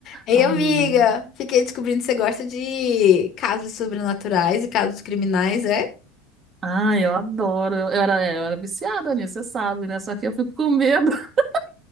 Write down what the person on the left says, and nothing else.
Ei,
amiga, fiquei descobrindo que você gosta de casos sobrenaturais e casos criminais, é?